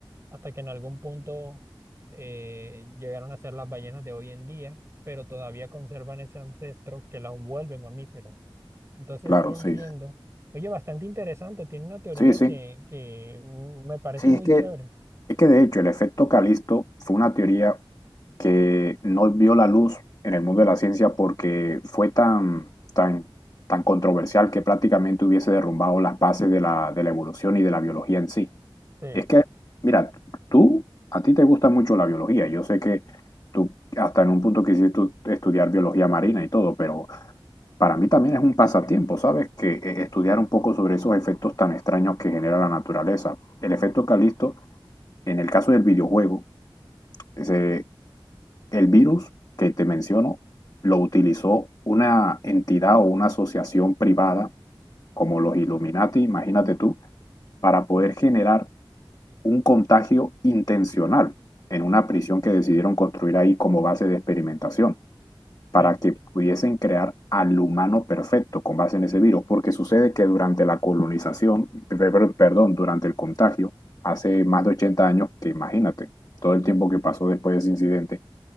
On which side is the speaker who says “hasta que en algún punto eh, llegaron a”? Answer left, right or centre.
Right